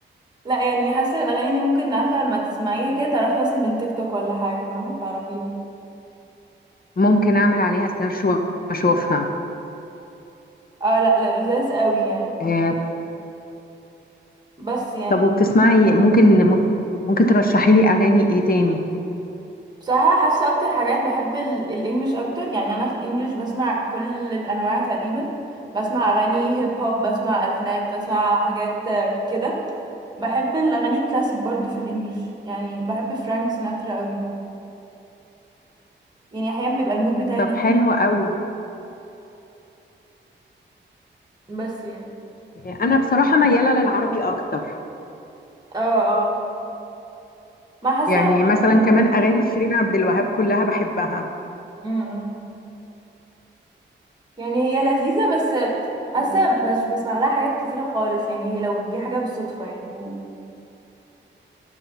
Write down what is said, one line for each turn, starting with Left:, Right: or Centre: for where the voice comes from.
Right: لا يعني حاسه الاغاني دي ممكن عارفه لما تسمعيها كده تعرفي مثلا من تيك توك ولا حاجه فاهمه تعرفيها
Left: ممكن اعمل عليها سيرش واشوفها
Right: اه لا لا لذاذ قوي يعني
Left: آه،
Right: بس يعني
Left: طب وبتسمعي ممكن ممكن ممكن ترشحي لي اغاني ايه تاني
Right: بصراحه حاسه اكتر حاجات بحب ال- الانجليش اكتر يعني انا في الانجليش بسمع كل الانواع تقريبا بسمع اغاني هيب هوب بسمع الفينات بسمع حاجات آه، كده بحب الاغاني الكلاسيك برضو في الانجليش يعني بحب فرانك سيناترا قوي برضو يعني احيانا بيبقى المود بتاعي
Left: طب
Right: الناس
Left: حلو قوي
Right: بس يعني
Left: آه، انا بصراحة ميالة للعربي اكتر
Right: اه اه ما حاسه
Left: يعني
Right: بقى
Left: مثلا كمان اغاني شيرين عبد الوهاب كلها بحبها
Right: امم يعني هي لذيذة بس حاسة مش بسمع لها حاجات كتيرة خالص يعني هي لو جه حاجة بالصدفة يعني